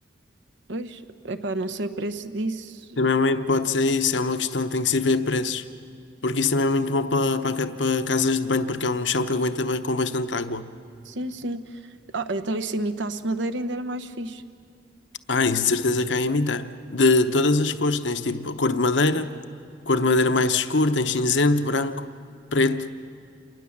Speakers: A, on the right; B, on the left.
A: Pois, epá, não sei o preço disso.
B: Também é uma hipótese, é isso, é uma questão, tem que se ver preços. Porque isso também é muito bom para, para, ca- para casas de banho, porque é um chão que aguenta ba- com bastante água.
A: Sim, sim. Ah, então e se imitasse madeira ainda era mais fixe.
B: Ah, isso de certeza que há a imitar. De todas as cores, tens tipo a cor de madeira, cor de madeira mais escura, tens cinzento, branco, preto.